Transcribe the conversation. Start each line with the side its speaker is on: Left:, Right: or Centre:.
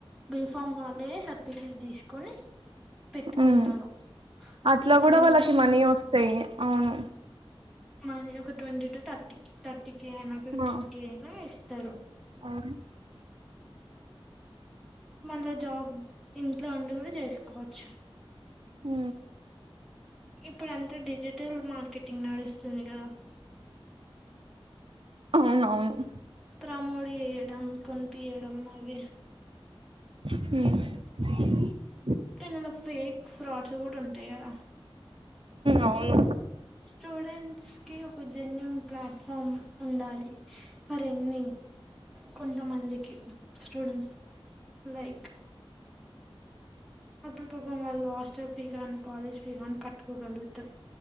Centre: బిఫామ్ వాళ్ళే సర్టిఫికెట్ తీసుకొని పెట్టుకుంటారు
Right: ఉమ్. అట్లా
Centre: ఇప్పుడు
Right: కూడా
Centre: నేను
Right: వాళ్ళకి మనీ వస్తాయి అవును
Centre: మ ఒక twenty to thirty thirty K అయినా ఫిఫ్టీన్
Right: ఆ,
Centre: కే అయినా ఇస్తారు
Right: అవును
Centre: మళ్ళా జాబ్ ఇంట్లో ఉండి కూడా జెస్కోవచ్చు
Right: అ
Centre: ఇప్పుడు అంతా డిజిటల్ మార్కెటింగ్ నడుస్తుంది క
Right: అవునవును
Centre: ప్రమోడి చెయడం కొనిపియడం మగే
Right: హ
Centre: కానీ ఆలా ఫేక్ ఫ్రాడ్ సూట్ ఉంటాయి కదా
Right: ఆవును
Centre: స్టూడెంట్స్ కి ఒక జెన్యుూన్ ప్లాట్ఫామ్ ఉండాలి మరిన్ని కొంతమందికి స్టూడెంట్ లైక్ అప్పుడు పాపం వాళ్ళు హాస్టల్ ఫీ గానీ కాలేజ్ ఫీ గాని కట్టుకోగలుగుతారు